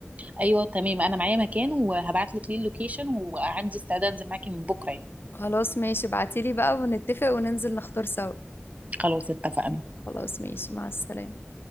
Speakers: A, on the right (about 35°); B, on the left (about 65°).
A: ايوه تمام انا معايا مكان وهبعت لك ليه اللوكيشن وعندي استعداد انزل معاكي من بكره يعني
B: خلاص ماشي ابعتيلي بقى ونتفق وننزل نختار سوا
A: خلاص اتفقنا
B: خلاص ماشي مع السلامة